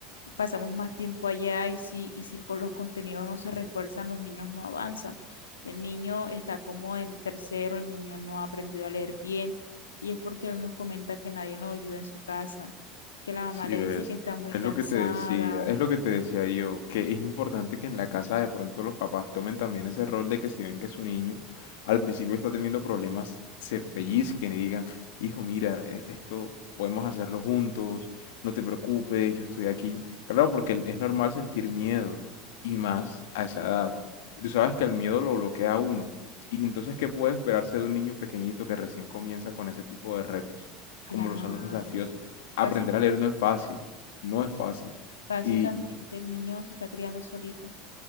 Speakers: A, on the left; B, on the left.
A: pasamos más tiempo allá y si, y si con los contenidos no se refuerzan, los niños no avanzan. El niño está como en tercero, el niño no ha aprendido a leer bien y es porque él nos comenta que nadie lo ayuda en su casa, que la mamá
B: Sí,
A: le
B: ves,
A: dice que está muy
B: es
A: cansada.
B: lo que te decía, es lo que te decía yo, que es importante que en la casa de pronto los papás tomen también ese rol de que si ven que su niño al principio está teniendo problemas, se pellizquen y digan, hijo, mira, e- esto podemos hacerlo juntos, no te preocupes, yo estoy aquí. Claro, porque el- es normal sentir miedo y más a esa edad. Y tú sabes que el miedo lo bloquea a uno. Y entonces, ¿qué puede esperarse de un niño pequeñito que recién comienza con ese tipo de retos,
A: Claro.
B: como lo son los desafíos aprender
A: Basi-
B: a leer no es fácil, no es fácil.
A: básicamente
B: Y, y
A: el niño se está criando solito.